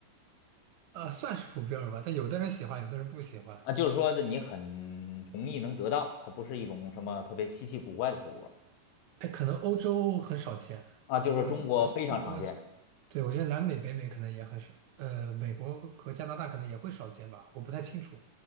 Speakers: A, on the right (about 80°); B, on the left (about 80°).
A: 呃，算是普遍儿吧，但有的人喜欢，有的人不喜欢。
B: 啊，就是说这你很容易能得到，它不是一种什么特别稀奇古怪的水果儿
A: 哎，可能欧洲很少见，
B: 啊，就是中国非常常见。
A: 我我我我，对，我觉得南美、北美可能也很少，呃，美国和加拿大可能也会少见吧，我不太清楚，